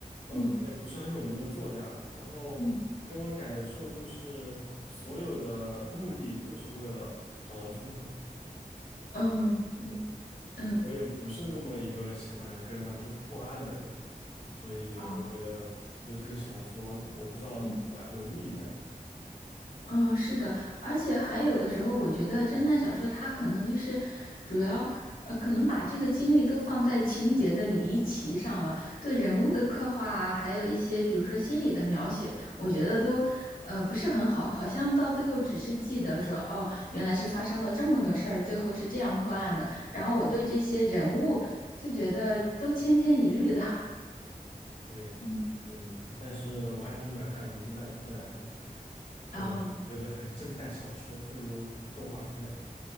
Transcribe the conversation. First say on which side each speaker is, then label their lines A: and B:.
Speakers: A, on the left; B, on the left.
A: 呃，
B: 嗯
A: 可能也不是很有名的作家，然后给我的感受就是，
B: 嗯。
A: 所有的目的就是为了找到凶手。
B: 嗯，嗯
A: 我也不是那么一个喜欢跟着他去破案的人，所以我觉得就是这个小说，
B: 啊，
A: 我不知道对我来说意义在哪里。
B: 嗯，哦，是的，而且还有的时候，我觉得侦探小说它可能就是主要，呃，可能把这个精力都放在情节的离奇上了，对人物的刻画啊，还有一些比如说心理的描写，我觉得都，呃，不是很好，好像到最后只是记得说，哦，原来是发生了这么个事儿，最后是这样破案的，然后我对这些人物就觉得都千篇一律的，
A: 对，
B: <laughs> 嗯，
A: 嗯，但是我还挺喜欢看《名侦探柯南》的，可能觉得
B: 然后。
A: <laughs> 侦探小说不如动画片。